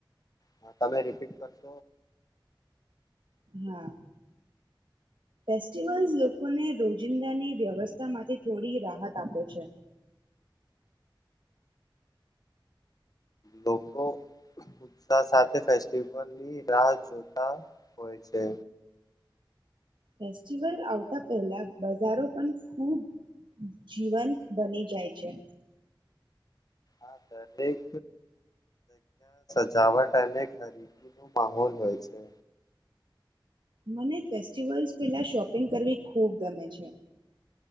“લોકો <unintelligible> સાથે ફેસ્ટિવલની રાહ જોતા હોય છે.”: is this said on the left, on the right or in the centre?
Left